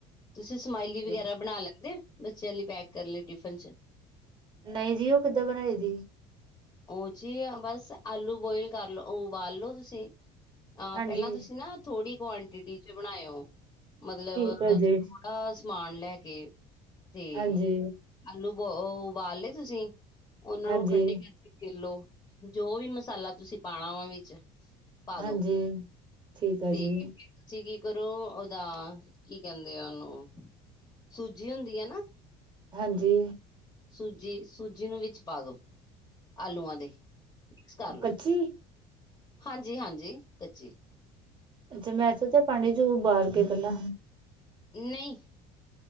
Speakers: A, on the left; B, on the right.
A: ਤੁਸੀਂ ਸਮਾਇਲੀ
B: ਬਿਲ
A: ਵਗੈਰਾ ਬਣਾ ਲੈਂਦੇ ਬੱਚਿਆਂ ਲਈ ਪੈਕ ਕਰਨ ਲਈ ਟਿਫਨ ਚ
B: ਨਹੀਂ ਜੀ ਉਹ ਕਿੱਦਾਂ ਬਣਾਈ ਦੀ।
A: ਉਹ ਜੀ ਬਸ ਆਲੂ ਬੋਇਲ ਕਰਲੋ ਉਬਾਲ ਲੋੋ ਤੁਸੀਂ
B: ਹਾਂਜੀ
A: ਪਹਿਲਾ ਤੁਸੀਂ ਨਾ ਥੋੜ੍ਹੀ ਕੁਆਂਟਿਟੀ ਚ ਬਣਾਇੳ ਮਤਲਬ
B: ਠੀਕ ਆ
A: ਥੋੜਾ
B: ਜੀ
A: ਸਮਾਨ ਲੈ ਕੇ ਤੇ
B: ਹਾਂਜੀ
A: ਆਲੂ ਬ ਉਬਾਲ ਲਏ ਤੁਸੀਂ ਉਹਨਾਂ
B: ਹਾਂਜੀ
A: ਨੂੰ ਠੰਡੀ ਕਰਕੇ ਕਿਲੋ ਜੋ ਵੀ ਮਸਾਲਾ ਤੁਸੀਂ ਪਾਣਾ ਵਾ ਵਿੱਚ ਪਾਦੋ
B: ਹਾਂਜੀ ਠੀਕ
A: ਤੇ
B: ਆ ਜੀ
A: ਤੁਸੀਂ ਕੀ ਕਰੋ ਉਹਦਾ ਕੀ ਕਹਿੰਦੇ ਉਹਨੂੰ ਸੂਜੀ ਹੁੰਦੀ ਐ ਨਾ।
B: ਹਾਂਜੀ
A: ਸੂਜੀ ਸੂਜੀ ਨੂੰ ਵਿੱਚ ਪਾ ਦੋ ਆਲੂਆਂ ਦੇ ਮਿਕਸ ਕਰ ਲੋ।
B: ਕੱਚੀ
A: ਹਾਂਜੀ -ਹਾਂਜੀ ਕੱਚੀ
B: ਅੱਛਾ ਮੈਂ ਸੋਚਿਆ ਚ ਪਾਣੀ ਚੂ ਉਬਾਲ ਕੇ ਪਹਿਲਾਂ।
A: ਨਹੀਂ